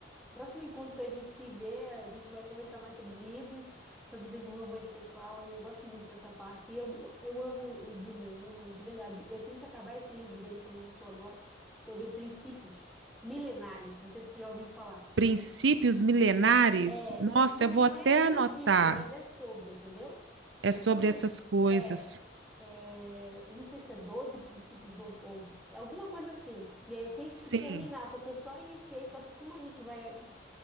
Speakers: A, in the centre; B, on the right.
A: o próximo encontro que a gente se vê, a gente vai conversar mais sobre livros, sobre desenvolvimento pessoal. aí Eu gosto muito dessa parte. E Eu, eu amo o Brunet, amo de verdade. Eu tenho que acabar esse livro dele que ele lançou agora, sobre princípios milenares. Não sei se tu já ouviu falar.
B: Princípios milenares,
A: É,
B: nossa,
A: não, não,
B: eu vou
A: não
B: até
A: é esse
B: anotar.
A: o título, mas é sobre, entendeu?
B: É
A: E
B: sobre
A: só que eu,
B: essas coisas.
A: é, é, eu não sei se é 12 princípios ou, ou alguma coisa assim. E aí eu tenho
B: Sim.
A: que terminar, porque eu só iniciei, só que como a gente vai ah,